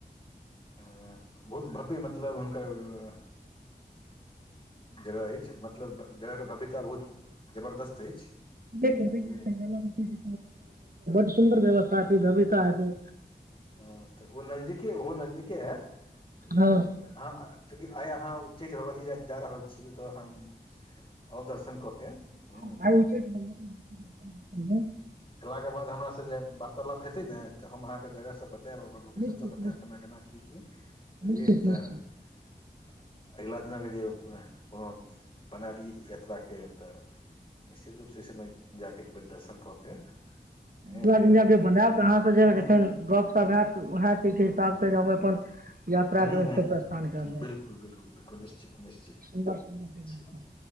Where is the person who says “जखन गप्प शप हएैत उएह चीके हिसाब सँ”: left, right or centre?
Right